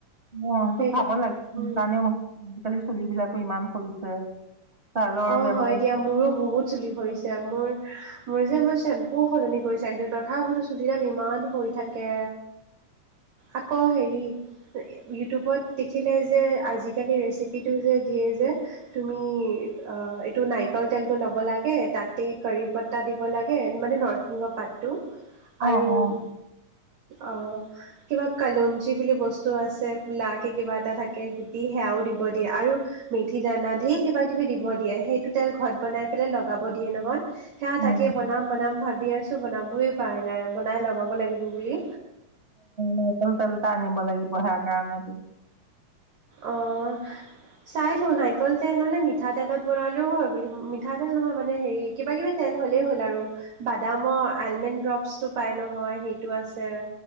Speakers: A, on the right (about 25°); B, on the right (about 55°).
A: অ', সেইটো
B: সেই
A: খাব লাগে,
B: উম।
A: কাৰণে আজিকালি চুলিবিলাকো ইমান সৰিছে। ছালৰ
B: অ',
A: বেমাৰ
B: হয় দিয়া, মোৰো বহুত চুলি সৰিছে। এতিয়া মোৰ, মোৰ যে, মই শ্বেম্পু সলনি কৰি চাইছিলোঁ, তথাপিতো চুলিডাল ইমান সৰি থাকে। আকৌ হেৰি। ইউটিউবত দেখিলে যে, আজিকালি ৰেচিপিটো যে দিয়ে যে। তুমি আ এইটো নাৰিকল তেলটো ল'ব লাগে, তাতে কৰিপতা দিব লাগে। লাগে মানে, নৰসিংহ পাতটো,
A: অঁ
B: আৰু-
A: অঁ অঁ
B: অ', কিবা কালঞ্জী বুলি বস্তু আছে, কুলাকে কিবা এটা থাকে। দি সেয়াও দিব দিয়ে, আৰু মেথি দানা ধেৰ কিবা-কিবি দিব দিয়ে, সেইটো তেল ঘৰত বনাই, লগাব দিয়ে নহয়, সেইয়া
A: নাৰিকল
B: তাকে বনাম, বনাম ভাবি আছোঁ, বনাবই পৰাই নাই, বনাই লগাব লাগিব বুলি।
A: নাৰিকল তেল এটা, আনিব লাগিব, সেই কাৰণে।
B: অ', চাই লওঁ নাই কল তেল মানে, মিঠাতেলত বনালেও হয় বুলি, মিঠাতেল নহয় মানে হেৰি, কিবা-কিবি তেল হ'লেই হ'ল আৰু। বাদামৰ, আলমেণ্ড ড্ৰপচটো পায় নহয়, সেইটো আছে।